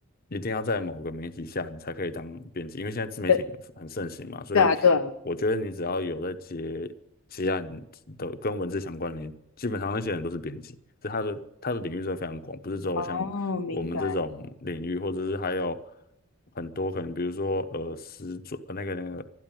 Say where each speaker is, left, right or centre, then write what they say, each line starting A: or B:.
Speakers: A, on the left (about 45°); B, on the left (about 85°).
A: 一定要在某个媒体下你才可以当编辑，因为现在自媒体很很盛行嘛，
B: 对，
A: 所以
B: 对啊，对啊。
A: 我觉得你只要有在接接案的跟文字相关的，你基本上那些人都是编辑，就他的他的领域是非常广，不是只有像我们这种领域，
B: 哦，明白。
A: 或者是还有很多可能，比如说呃，时装呃那个那个，